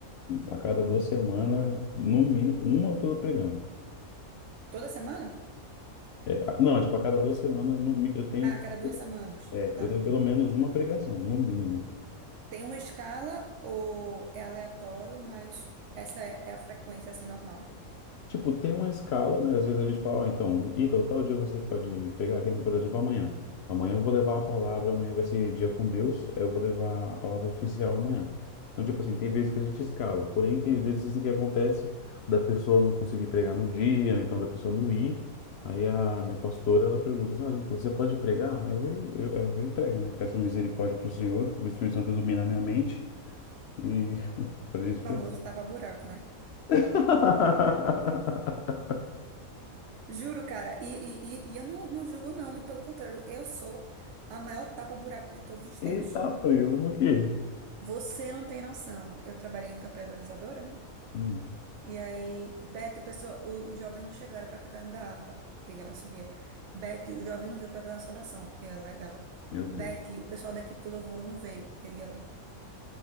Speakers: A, on the left; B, on the right.
A: a cada duas semanas, no mínimo, uma eu tô pregando.
B: Toda semana?
A: É, não, tipo, a cada duas semanas no mi- eu tenho,
B: Ah, a cada duas semanas.
A: é,
B: Tá.
A: eu tenho pelo menos uma pregação, no mínimo.
B: Tem uma escala ou é aleatório, mas essa é é a frequência, assim, normal.
A: Tipo, tem uma escala, né? Às vezes a gente fala, ó, então, então, tal dia você pode pegar aquele, por exemplo, amanhã. Amanhã eu vou levar a palavra, amanhã vai ser dia com Deus, aí eu vou levar a palavra oficial amanhã. Então, tipo assim, tem vezes que a gente escala, porém tem vezes assim que acontece da pessoa não conseguir pregar no dia, ou então da pessoa não ir. Aí a minha pastora, ela pergunta assim, ah, então você pode pregar? Aí eu, eu, eu vou e prego, né? Peço misericórdia para o Senhor, pro Espírito Santo iluminar minha mente e <laughs> para a gente
B: O
A: pregar.
B: famoso tapa-buraco, né?
A: <laughs>
B: Juro, cara. E, e, e, e eu não, não julgo, não. Muito pelo contrário. Eu sou a maior tapa-buraco de todos os
A: Ele
B: tempos.
A: tá preso por quê?
B: Você não tem noção. Eu trabalhei em campanha realizadora, né?
A: Hum.
B: E aí, Beth, o pessoal, o- os jovens não chegaram para cantar no da harpa. E aí ela subia. Beth, o jovem não veio para dar uma saudação. Eu ia lá e dava.
A: Meu Deus.
B: Beth, o pessoal da equipe do louvor não veio. Eu ia lá.